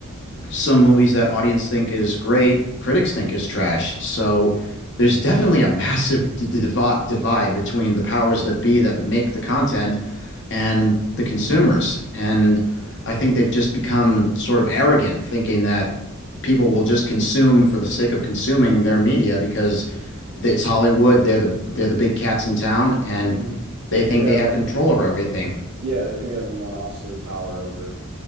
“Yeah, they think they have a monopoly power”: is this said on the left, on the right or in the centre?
Right